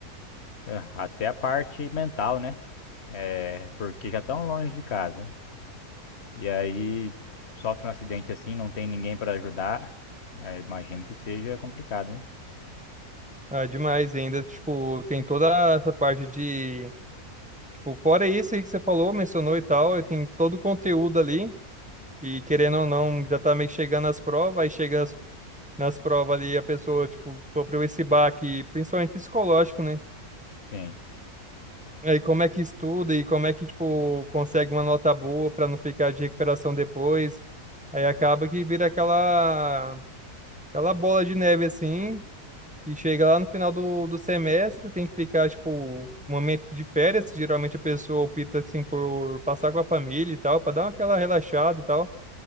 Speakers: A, on the left; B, in the centre.
A: É, Até a parte mental, né? É, porque já estão longe de casa. E aí sofre um acidente assim, não tem ninguém para ajudar. É, imagino que seja complicado, né?
B: Ah, demais e ainda, tipo, tem toda essa parte de, tipo, fora isso aí que você falou, mencionou e tal, e tem todo o conteúdo ali, e querendo ou não, já tá meio que chegando às provas, aí chega as nas provas ali a pessoa, tipo, sofreu esse baque, principalmente psicológico, né?
A: Sim.
B: Aí como é que estuda e como é que, tipo, consegue uma nota boa pra não ficar de recuperação depois. Aí acaba que vira aquela, aquela bola de neve, assim, e chega lá no final do, do semestre, tem que ficar, tipo, um momento de férias, que geralmente a pessoa opta, assim, por passar com a família e tal, pra dar aquela relaxada e tal.